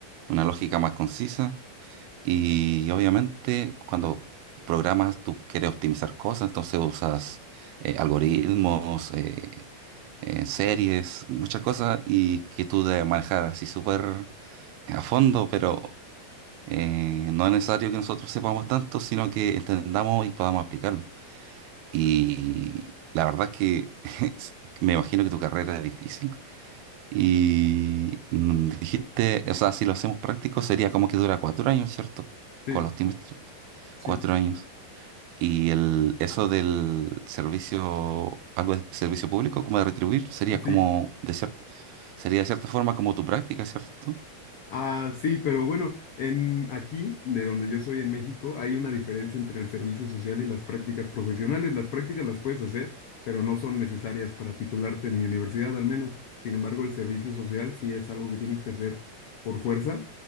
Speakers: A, on the right; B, on the left.
A: una lógica más concisa y obviamente cuando programas tú quieres optimizar cosas, entonces usas eh, algoritmos, eh, eh, series, muchas cosas y que tú debes manejar así súper a fondo, pero eh, no es necesario que nosotros sepamos tanto, sino que entendamos y podamos aplicarlo. Y la verdad es que <laughs> es- me imagino que tu carrera es difícil. Y mm, dijiste, o sea, si lo hacemos práctico sería como que dura cuatro años, ¿cierto?
B: Sí,
A: Con los trimestres,
B: sí,
A: cuatro años. Y el, eso del servicio, algo de servicio público, como de retribuir, sería
B: sí.
A: como, de cier- sería de cierta forma como tu práctica, ¿cierto?
B: Ah, sí, pero bueno, en aquí, de donde yo soy en México, hay una diferencia entre el servicio social y las prácticas profesionales. Las prácticas las puedes hacer, pero no son necesarias para titularte en mi universidad, al menos. Sin embargo, el servicio social sí es algo que tienes que hacer por fuerza.